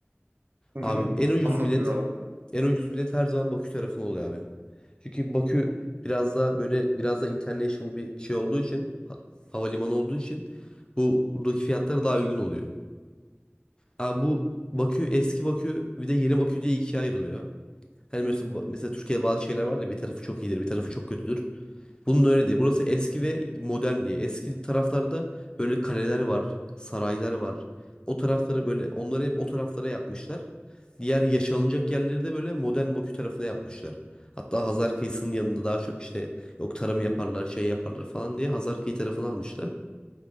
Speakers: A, on the right; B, on the left.
A: Hı
B: Abi
A: hı.
B: en ucuz
A: Anlatıyor
B: bilet
A: abi.
B: en ucuz bilet her zaman Bakü tarafına oluyor abi. Çünkü Bakü biraz daha böyle biraz da international bir şey olduğu için ha- havalimanı olduğu için bu buradaki fiyatlar daha uygun oluyor. Abi bu Bakü eski Bakü bir de yeni Bakü diye ikiye ayrılıyor. Hani mesela, mesela Türkiye'de bazı şeyler var da bir tarafı çok iyidir bir tarafı çok kötüdür. Bunun öyle değil. Burası eski ve modern diye. Eski taraflarda böyle kaleler var, saraylar var. O tarafları böyle onları hep o taraflara yapmışlar. Diğer yaşanılacak yerleri de böyle modern Bakü tarafına yapmışlar. Hatta Hazar kıyısının yanında daha çok işte yok tarım yaparlar, şey yaparlar falan diye Hazar kıyı tarafını almışlar.